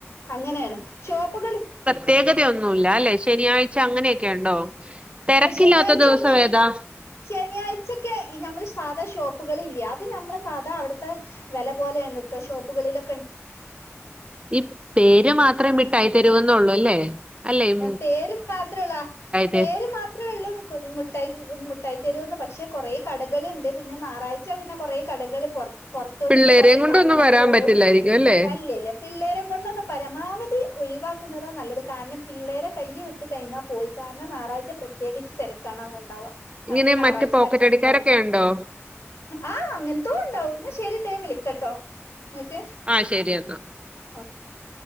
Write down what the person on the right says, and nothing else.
ത്യേകതയൊന്നുമല്ല അല്ലെ ശനിയാഴ്ച അങ്ങനെയൊക്കെ ഉണ്ടോ തെരക്കില്ലാത്ത
ദിവസം
ഏതാ
ഈ പേര് മാത്രേ മിട്ടായി തെരുവെന്നൊള്ളൂ ല്ലേ അല്ലെ ഉം,
തെ
പിള്ളേരെയും
കൊണ്ടൊന്നും
വരാൻ
പറ്റില്ലായിരിക്കും അല്ലേ
ഇങ്ങനെ
മറ്റ് പോക്കറ്റടിക്കാരൊക്കെ
ഉണ്ടോ
ആ ശരി എന്നാ